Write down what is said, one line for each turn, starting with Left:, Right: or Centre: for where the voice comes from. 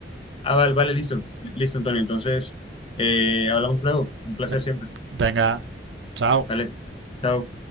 Left: Ah, vale, vale, listo, listo, Antonio. Entonces, eh, hablamos luego. Un placer
Right: Ve-
Left: siempre.
Right: Venga, chao.
Left: vale chao.